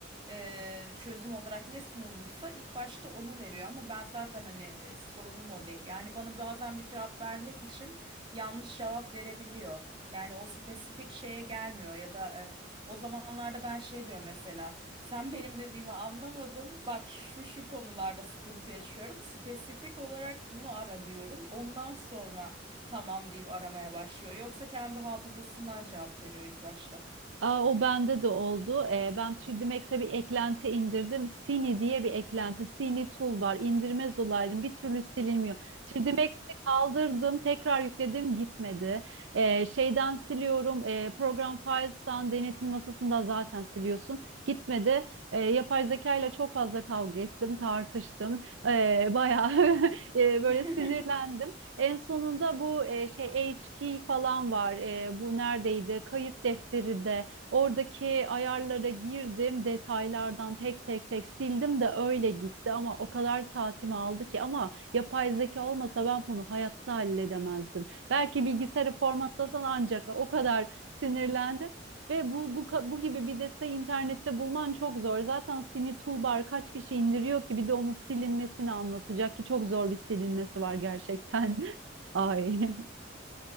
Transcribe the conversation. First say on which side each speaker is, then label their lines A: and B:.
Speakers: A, on the right; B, on the right.
A: e, çözüm olarak ne sunulmuşsa ilk başta onu veriyor ama ben zaten hani e, sorunum o değil. Yani bana bazen bir cevap vermek için yanlış cevap verebiliyor. Yani o spesifik şeye gelmiyor ya da e, o zamanlarda ben şey diyorum mesela sen benim dediğimi anlamadın bak şu şu konularda sıkıntı yaşıyorum spesifik olarak bunu ara diyorum ondan sonra tamam deyip aramaya başlıyor yoksa kendi hafızasından cevap veriyor ilk başta.
B: Aa, o bende de oldu. Ee, ben 3D Max'e bir eklenti indirdim. Cine diye bir eklenti. Cine Toolbar. indirmez olaydım. Bir türlü silinmiyor. 3D Max'i kaldırdım. Tekrar yükledim. Gitmedi. Ee, şeyden siliyorum. ee, Program Files'tan denetim masasında zaten siliyorsun. Gitmedi. Ee, yapay zeka ile çok fazla kavga ettim. Tartıştım. Ee, bayağı <laughs> ee,
A: <laughs>
B: böyle sinirlendim. En sonunda bu e, şey HK falan var. E, bu neredeydi? Kayıt defteri de Oradaki ayarlara girdim, detaylardan tek tek tek sildim de öyle gitti ama o kadar saatimi aldı ki ama yapay zeka olmasa ben bunu hayatta halledemezdim. Belki bilgisayarı formatlasan ancak o kadar sinirlendim. Ve bu, bu, ka- bu gibi bir detayı internette bulman çok zor. Zaten Sini Toolbar kaç kişi indiriyor ki bir de onun silinmesini anlatacak ki çok zor bir silinmesi var gerçekten. <laughs> Ay <laughs>